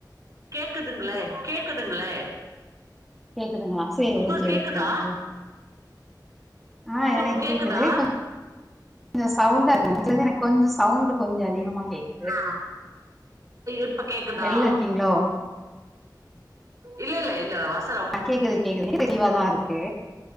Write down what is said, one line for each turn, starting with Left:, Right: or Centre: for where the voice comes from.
Right: கேக்குதுங்களே கேக்குதுங்களே
Centre: கேக்குதுங்களா செரி
Right: உங்களுக்கு
Centre: ஓக்கே
Right: கேக்குதா
Centre: ஒக்கே ஆ
Right: உங்களுக்கு
Centre: எனக்கு
Right: கேக்குதா
Centre: கேக்குது கொஞ்சோ சவுண்டா இருக் <unintelligible> கொஞ்சோம் சவுண்ட் கொஞ்சோ அதிகமா கேக்குது
Right: ஆ இப்ப கேக்குதா
Centre: வெளில இருக்கீங்களோ
Right: இல்ல இல்ல இல்ல வஸ்
Centre: ஆ கேக்குது கேக்குது தெளிவாதான் இருக்கு